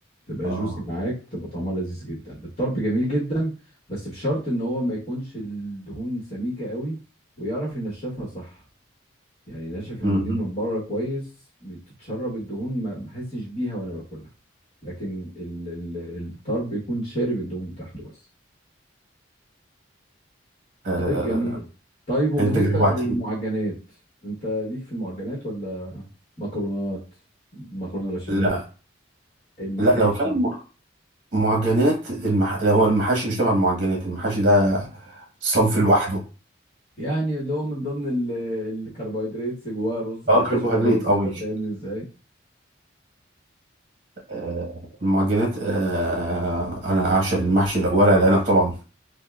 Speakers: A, on the left; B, on the right.
A: تبقى
B: اه
A: جوسي معاك تبقى طعمها لذيذ جدا الطرب جميل جدا بس بشرط ان هو ما يكونش الدهون سميكة قوي ويعرف ينشفها صح يعني ناشف المنديل
B: مم.
A: من بره كويس بتتشرب الدهون ما ما احسش بيها وانا باكلها لكن ال ال الطرب يكون شارب الدهون بتاعته بس
B: لا لا
A: طيب
B: لا
A: جميل
B: لا لا.
A: طيب وبالنسبة
B: انت جوعتني
A: للمعجنات انت ليك في المعجنات ولا مكرونات مكرونة بشاميل
B: لا
A: المحاشي
B: لا لو كان م- معجنات المح... لو هو المحاشي مش تبع المعجنات المحاشي ده صنف لوحده
A: يعني اللي هو من ضمن ال- الكربوهيدرات جواه رز
B: اه
A: محشية
B: كربوهيدرات
A: رز
B: اه
A: انت
B: ماشي
A: فاهمني ازاي
B: آه المعجنات آه انا اعشق المحشي ورق العنب طبعا